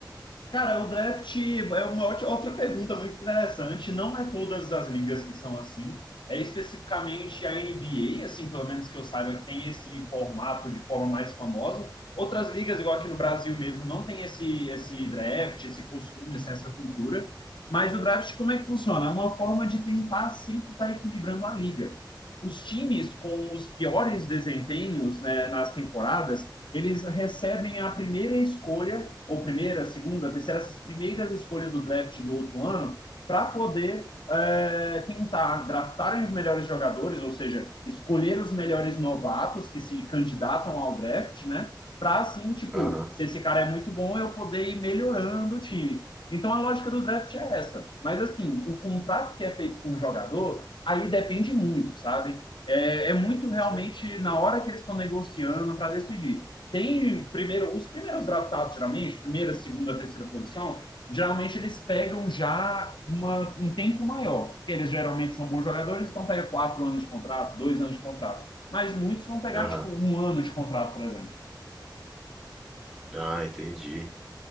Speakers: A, on the left; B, in the centre.
A: Cara, o draft é uma ótima- outra pergunta muito interessante. Não é todas as ligas que são assim. É especificamente a NBA, assim, pelo menos que eu saiba, que tem esse formato de forma mais famosa. Outras ligas, igual
B: Uhum.
A: aqui no Brasil mesmo, não tem esse, esse draft, esse costume, assim, essa cultura. Mas o draft, como é que funciona? É uma forma de tentar sempre estar equilibrando a liga. Os times com os piores desempenhos, né, nas temporadas, eles recebem a primeira escolha ou primeira, segunda, terceira, essas primeiras escolhas do draft do outro ano, para poder é, tentar draftar os melhores jogadores, ou seja, escolher os melhores novatos que se candidatam ao draft, né? Para assim, tipo,
B: Aham,
A: se esse cara é muito bom, eu poder ir melhorando o time. Então a lógica do draft é essa. Mas assim, o contrato que é feito com o jogador, aí depende muito, sabe? É, é muito realmente
B: sei.
A: na hora que eles estão negociando para decidir tem primeiro, os primeiros draftados, geralmente, primeira, segunda, terceira posição, geralmente eles pegam já uma, um tempo maior, porque eles geralmente são bons jogadores, então pega quatro anos de contrato, dois anos de contrato. Mas muitos vão pegar,
B: Aham.
A: tipo, um ano de contrato, por exemplo.
B: Ah, entendi.